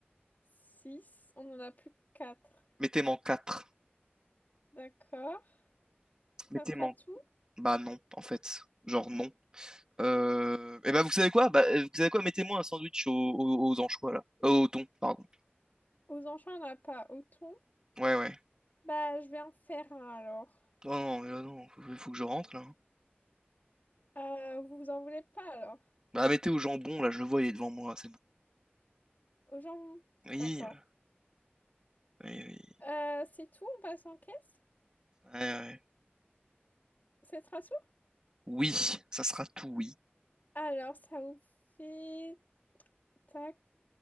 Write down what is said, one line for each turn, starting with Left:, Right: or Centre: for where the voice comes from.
Left: 6. on en a plus que 4.
Right: Mettez-moi en 4.
Left: D'accord. Ça
Right: Mettez-moi...
Left: sera
Right: en...
Left: tout?
Right: Bah, non, en fait. Genre, non. Euh, et ben vous savez quoi? Bah, euh, vous savez quoi? Mettez-moi un sandwich aux, aux, aux anchois là. Euh, au thon, pardon.
Left: Aux anchois, on n'a pas. Au thon?
Right: Ouais, ouais.
Left: Bah, je vais en faire un alors.
Right: Oh non, mais là non, faut, faut que je rentre là. hein.
Left: Euh, vous vous en voulez pas alors?
Right: Bah mettez au jambon, là, je le vois, il est devant moi, c'est bon.
Left: Aux gens?
Right: Oui,
Left: D'accord.
Right: euh, oui, oui.
Left: Euh, c'est tout, on passe en caisse?
Right: Ouais, ouais.
Left: C'est rassure?
Right: Oui, ça sera tout, oui.
Left: Alors, ça vous fait... Tac.